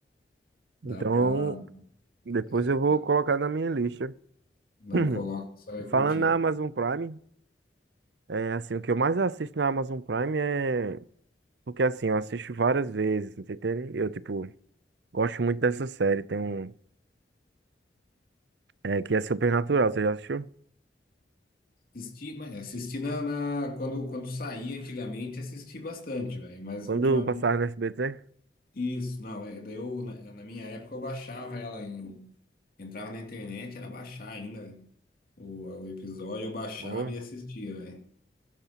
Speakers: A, on the left; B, on the right.
A: Dá
B: Então,
A: pra.
B: depois
A: é,
B: eu
A: dá-
B: vou colocar na minha lista.
A: não,
B: <clears throat>
A: coloca, você vai curtir.
B: Falando na Amazon Prime, é assim, o que eu mais assisto na Amazon Prime é Porque assim, eu assisto várias vezes, entendeu Eu, tipo, gosto muito dessa série. Tem um. É, que é Supernatural, você já assistiu?
A: Assisti, mas assisti na, na- quando, quando saía antigamente, assisti bastante, velho. Mas
B: Quando
A: ultimamente.
B: eu passava no SBT?
A: Isso, não. é, Daí eu, na, na minha época, eu baixava ela em. Entrava na internet, era baixar ainda, velho. O, o episódio eu baixava
B: Bom.
A: e assistia, velho.